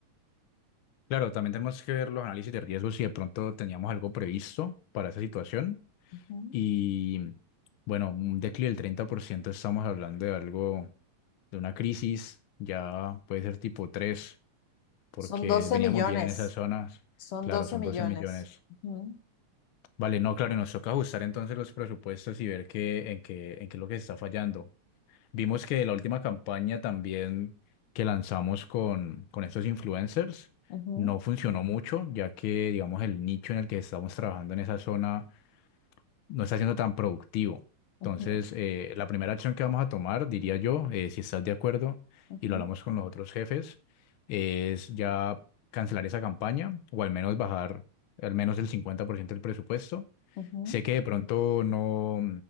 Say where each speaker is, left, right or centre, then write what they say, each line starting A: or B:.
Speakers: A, on the left (about 85°); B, on the left (about 60°).
A: Claro, también tenemos que ver los análisis de riesgos si de pronto teníamos algo previsto para esa situación.
B: Ujú.
A: Y bueno, un declive del treinta por ciento estamos hablando de algo, de una crisis, ya puede ser tipo 3 porque
B: Son 12
A: veníamos
B: millones,
A: bien en esas zonas.
B: son
A: Claro,
B: 12
A: son
B: millones.
A: 12 millones.
B: Ujú,
A: Vale, no, claro, y nos toca ajustar entonces los presupuestos y ver qué, en qué, en qué es lo que se está fallando. Vimos que la última campaña también que lanzamos con, con estos influencers
B: ujú,
A: no funcionó mucho, ya que, digamos, el nicho en el que estamos trabajando en esa zona no está siendo tan productivo. Entonces,
B: ujú,
A: eh, la primera acción que vamos a tomar, diría yo, eh, si estás de acuerdo
B: ujú,
A: y lo hablamos con los otros jefes, es ya cancelar esa campaña o al menos bajar al menos el 50% del presupuesto
B: ujú. ujú.
A: Sé que de pronto no,